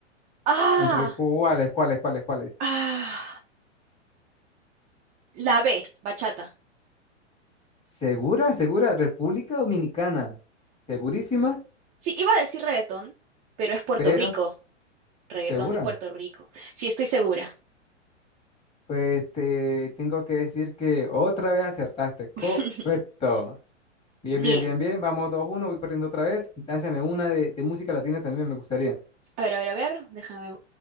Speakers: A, on the right; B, on the left.
A: Ah,
B: ¿Entre cuáles, cuáles, cuáles, cuáles?
A: ah. La B, bachata.
B: ¿Segura, segura? República Dominicana. ¿Segurísima?
A: Sí, iba a decir reggaetón, pero es Puerto
B: Pero,
A: Rico. Reggaetón
B: ¿segura?
A: es Puerto Rico. Sí, estoy segura.
B: Pues te tengo que decir que otra vez acertaste. Correcto.
A: <laughs>
B: Bien,
A: Bien.
B: bien, bien, bien. Vamos 2 uno voy perdiendo otra vez. Lánzame una de, de música latina también, me gustaría.
A: A ver, a ver, a ver. Déjame